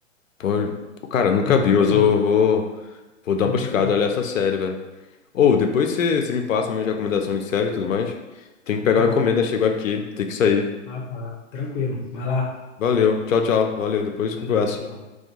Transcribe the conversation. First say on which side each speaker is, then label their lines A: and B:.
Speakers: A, on the left; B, on the left.
A: Pode... Pô, Cara, eu nunca
B: É muito
A: vi, mas
B: louco,
A: eu vou, vou dar
B: é
A: uma buscada,
B: muito louco.
A: olhar essa série, velho. Ou, depois você você me passa uma recomendação de série e tudo mais. Tem que pegar
B: Na
A: uma
B: hora.
A: encomenda, chegou aqui, tem que sair.
B: Ah, tá. Tranquilo. Vai lá.
A: Valeu, tchau, tchau. Valeu, depois
B: Valeu,
A: conversa.
B: tchau.